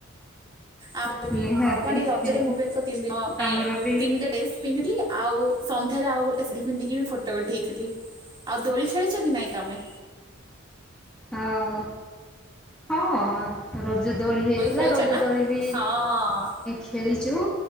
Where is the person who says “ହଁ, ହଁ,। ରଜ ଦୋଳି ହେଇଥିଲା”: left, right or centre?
Centre